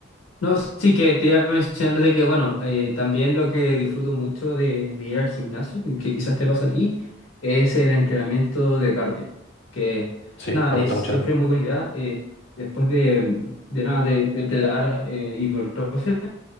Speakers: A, on the left; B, on the left.
A: No, sí que te iba a mencionar de que, bueno, eh, también lo que disfruto mucho de, de ir al gimnasio, y que quizás te pasa a ti, es el entrenamiento de cardio, que
B: Sí,
A: nada,
B: me
A: es
B: gusta
A: siempre
B: mucho también.
A: muy buena idea. eh, después de, de nada, de, de entrenar eh, hipertrofia.